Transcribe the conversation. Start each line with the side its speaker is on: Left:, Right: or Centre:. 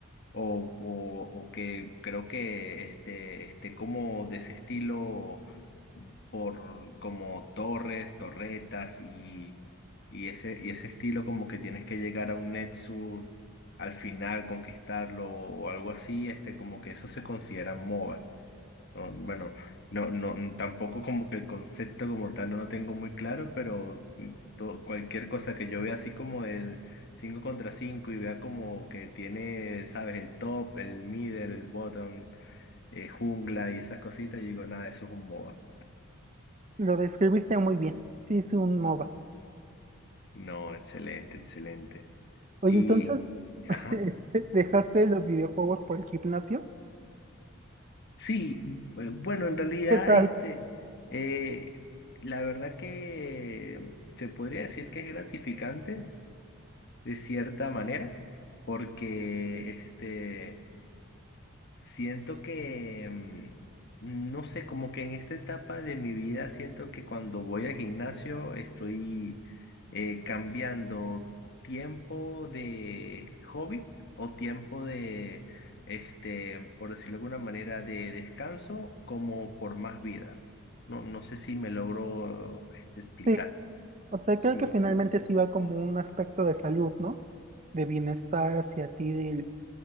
Left: o, o, o que creo que este, esté como de ese estilo por como torres, torretas y, y ese, y ese estilo como que tienes que llegar a un Nexus al final, conquistarlo o algo así, este como que eso se considera MOBA. No, bueno, no, no, tampoco como que el concepto como tal no lo tengo muy claro, pero mm, to- cualquier cosa que yo vea así como el 5 contra 5 y vea como que tiene, sabes, el top, el middle, el bottom, eh, jungla y esas cositas, yo digo, nada, eso es un MOBA.
Right: Lo describiste muy bien. Sí, es un MOBA.
Left: No, excelente, excelente.
Right: Oye,
Left: Y,
Right: entonces,
Left: ajá,
Right: <laughs> ¿dejaste los videojuegos por el gimnasio?
Left: sí, eh, bueno, en realidad
Right: ¿Qué tal?
Left: este, eh, la verdad que se podría decir que es gratificante de cierta manera, porque este, siento que, mm, no sé, como que en esta etapa de mi vida siento que cuando voy al gimnasio estoy eh, cambiando tiempo de hobby o tiempo de, este, por decirlo de alguna manera, de descanso como por más vida. No, no sé si me logro este, explicar.
Right: Sí, o sea,
Left: Sí.
Right: creo que finalmente sí va como un aspecto de salud, ¿no? De bienestar hacia ti, del